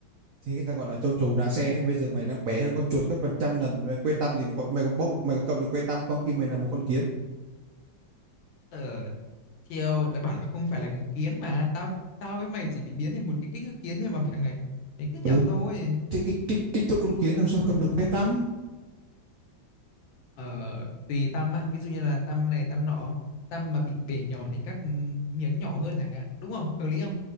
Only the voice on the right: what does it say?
thế người ta gọi là châu chấu đá xe đấy bây giờ mày đang bé hơn con chuột gấp hàng trăm lần quê tăm thì nó có, mày có bốc được mày có cầm được quê tăm không khi mày là một con kiến
ừ
thế kích kích kích thước con kiến làm sao cầm được quê tăm